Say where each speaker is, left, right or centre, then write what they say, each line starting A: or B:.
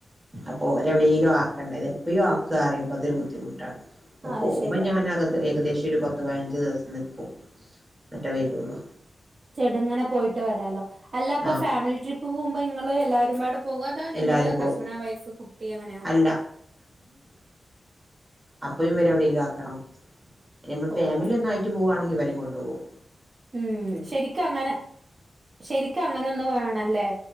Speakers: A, on the right; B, on the right.
A: അപ്പൊ ഒരെവിടെേലും ആക്കണ്ടത് അയ്യോ ആക്ക അറിയുമ്പോ അതൊരു ബുദ്ധിമുട്ടാണ് അപ്പ
B: അത്
A: പോകുമ്പോ
B: ശരിയാ
A: ഞാനക ഏകദേശം പക്ഷ ഒരു പത്ത് പതിനഞ്ച് ദിവസം നിക്കും എന്നറ്റ പേരുള്ള
B: ചെട ഇങ്ങനെ പോയിട്ട് വരാമാലോ അല്ല ഇപ്പൊ
A: ആഹ്
B: ഫാമിലി ട്രിപ്പ് പോകുമ്പോ നിങ്ങ എല്ലാവാരുംപാട് പോകാതാ നിങ്ങള്
A: എല്ലാരും പോവും
B: ഹസ്ബൻഡ വൈഫ് കുട്ടി എങ്ങനെയ
A: അല്ല അപ്പും ഇവരെ എവിടെേലും ആക്കണം നമ്മൾ
B: പോവും
A: ഫാമിലി ഒന്നായിട്ട് പോവവാണെങ്കിൽ ഇവര കൊണ്ടു പോകും
B: ഉം ശരിക്കും അങ്ങനെ ശരിക്കും അങ്ങനെ ഒന്ന് വേണല്ലേ